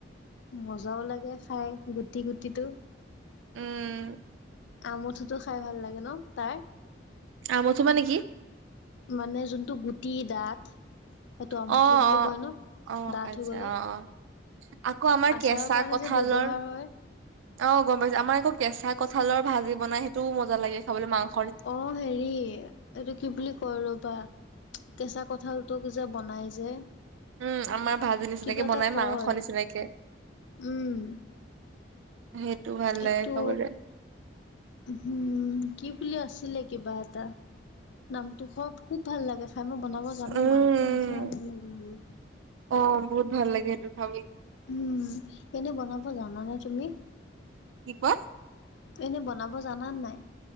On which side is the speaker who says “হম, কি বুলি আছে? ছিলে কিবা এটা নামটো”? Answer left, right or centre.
Left